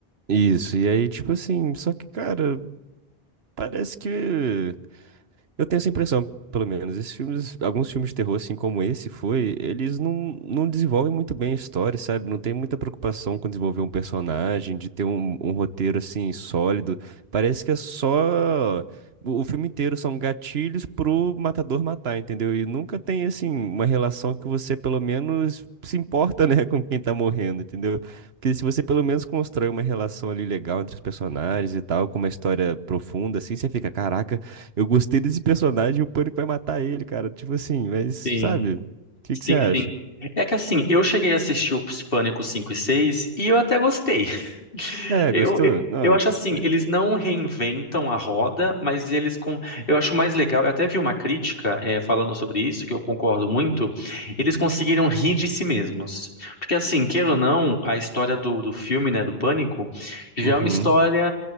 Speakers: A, on the right; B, on the left.
A: Isso, e aí tipo assim, só que, cara, parece que... Eu tenho essa impressão, pelo menos. Esses filmes, alguns filmes de terror, assim como esse foi, eles não, não desenvolvem muito bem a história, sabe? Não tem muita preocupação com desenvolver um personagem, de ter um, um roteiro, assim, sólido. Parece que é só. O o filme inteiro são gatilhos pro matador matar, entendeu? E nunca tem, assim, uma relação que você, pelo menos, se importa, né, <laughs> com quem tá morrendo, entendeu? Porque se você, pelo menos, constrói uma relação ali legal entre os personagens e tal, com uma história profunda, assim, você fica, caraca. Eu gostei desse personagem e o Pânico vai matar ele, cara. Tipo assim, mas sabe?
B: Sim.
A: O que
B: Sim,
A: que você acha?
B: sim. É que assim, eu cheguei a assistir os Pânico 5 e 6 e eu até gostei. <laughs>
A: É,
B: Eu,
A: gostou?
B: eu
A: Nossa.
B: eu acho assim,
A: Be-
B: eles não reinventam a roda, mas eles com. Eu acho mais legal, eu até vi uma crítica eh, falando sobre isso, que eu concordo muito, eles conseguiram rir de si mesmos. Porque assim, queira ou não, a história do, do filme, né, do Pânico, já
A: Uhum.
B: é uma história